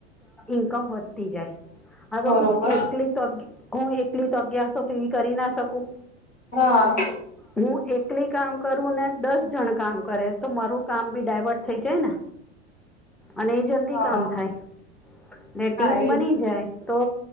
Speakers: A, in the centre; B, on the left.
A: ઇન્કમ વધતી જાય હવે
B: બરોબર
A: હું એકલી હું એકલી તગ્યા છ તોવી કરી ના શકું
B: હા
A: હું એકલી કામ કરું ને દસ જણ કામ કરે તો મારું કામ બી ડાયવર્ટ થઈ જાય ને અને એ જ જલ્
B: હા
A: કામ થાય
B: હા
A: ટીમ
B: એ
A: બની જાય તો